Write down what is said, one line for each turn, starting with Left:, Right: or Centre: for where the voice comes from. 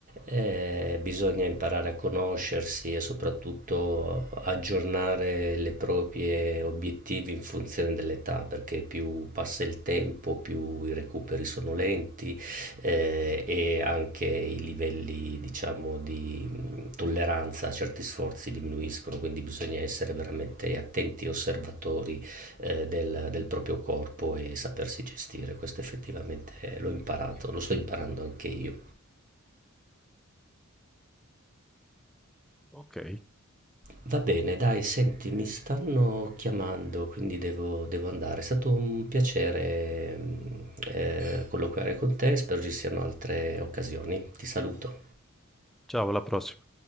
Right: Eh, bisogna imparare a conoscersi e soprattutto aggiornare le proprie obiettivi in funzione dell'età, perché più passa il tempo, più i recuperi sono lenti, eh, e anche i livelli, diciamo, di mh, tolleranza a certi sforzi diminuiscono, quindi bisogna essere veramente attenti osservatori eh, del, del proprio corpo e sapersi gestire. Questo effettivamente l'ho imparato, lo sto imparando anche io.
Centre: Ok,
Right: Va bene, dai, senti, mi stanno chiamando, quindi devo, devo andare. È stato un piacere mm, eh, colloquiare con te, spero ci siano altre occasioni. Ti saluto.
Centre: ciao, alla prossima.